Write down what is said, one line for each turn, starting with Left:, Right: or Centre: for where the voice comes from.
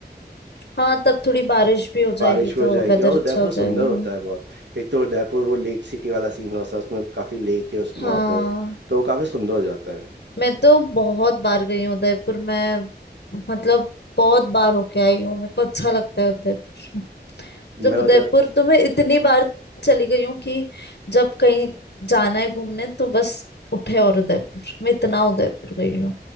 Left: हाँ तब थोड़ी बारिश भी हो जाएगी
Right: बारिश हो
Left: तो
Right: जाएगी
Left: वेदर
Right: और उदयपुर
Left: अच्छा हो
Right: सुंदर
Left: जाएगा
Right: होता
Left: हाँ
Right: है बहुत एक तो उदयपुर वो लेक सिटी वाला सीन होता है उसमें काफी लेक है उस वहाँ
Left: हाँ
Right: पर तो वो काफी सुंदर हो जाता है
Left: मैं तो बहुत बार गई हूँ उदयपुर मैं मतलब बहुत बार होके आई हूँ मेरे को अच्छा लगता है उदयपुर मतलब
Right: मैं
Left: उदयपुर
Right: उदय
Left: तो मैं इतनी बार चली गई हूँ कि जब कहीं जाना है घूमने तो बस उठे और उदयपुर मैं इतना उदयपुर गई हूँ